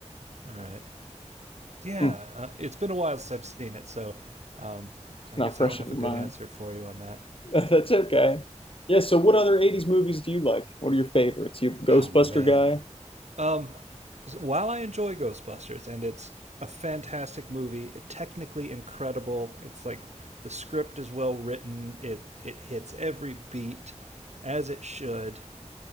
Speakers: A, on the right (about 70°); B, on the left (about 50°).
A: All right, yeah,
B: Mm,
A: uh, it's been a while since I've seen it, so um,
B: it's
A: I
B: not
A: guess
B: fresh
A: I don't have
B: in your
A: a good
B: mind.
A: answer for you on that.
B: <laughs> That's okay. Yeah, so what other 80s movies do you like? What are your favorites? You a Ghostbuster
A: Oh man,
B: guy?
A: Um, so while I enjoy Ghostbusters and it's a fantastic movie, technically incredible. It's like the script is well written. It it hits every beat as it should.